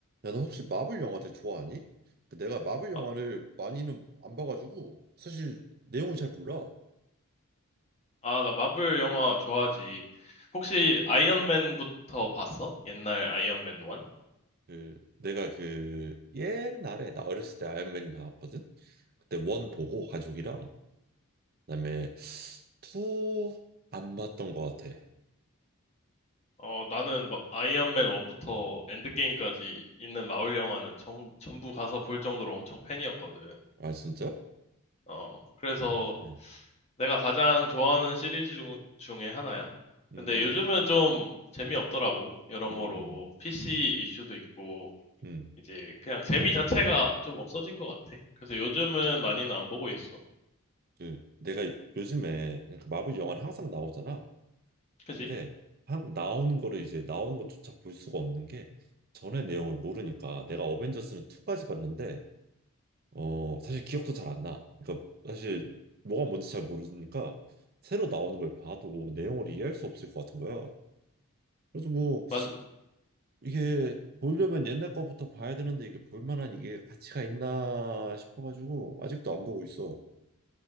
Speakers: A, on the right; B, on the left.
A: 야, 너 혹시 마블 영화들 좋아하니? 그 내가 마블 영화를
B: 아,
A: 많이는 안 봐가지고 사실 내용을 잘 몰라.
B: 아, 나 마블 영화 좋아하지. 혹시 아이언맨부터 봤어? 옛날 아이언맨 1?
A: 그 내가 그 옛날에 나 어렸을 때 아이언맨이 나왔거든. 그때 원 보고 가족이랑 그다음에 투 안 봤던 것 같아.
B: 어, 나는 마- 아이언맨 1부터 엔드게임까지
A: 음.
B: 있는 마블 영화는 정- 전부 가서 볼 정도로 엄청 팬이었거든.
A: 아 진짜?
B: 어, 그래서
A: 네.
B: 내가 가장 좋아하는 시리즈 중, 중에 하나야.
A: 음,
B: 근데 요즘은 좀 재미없더라고. 여러모로
A: 음,
B: 뭐 PC 이슈도 있고,
A: 음.
B: 이제 그냥 재미 자체가 좀 없어진 것 같아. 그래서 요즘은 많이는 안 보고 있어.
A: 그 내가 요즘에 그러니까 마블 영화는 항상 나오잖아.
B: 그지?
A: 근데 한국 나오는 거를 이제 나오는 것조차 볼 수가 없는 게 전의 내용을 모르니까 내가 어벤져스는 2까지 봤는데 어 사실 기억도 잘 안 나. 그러니까 사실 뭐가 뭔지 잘 모르니까 새로 나오는 걸 봐도 내용을 이해할 수 없을 것 같은 거야. 그래서 뭐
B: 맞아.
A: 이게 보려면 옛날 거부터 봐야 되는데 이게 볼 만한 이게 가치가 있나 싶어가지고 아직도 안 보고 있어.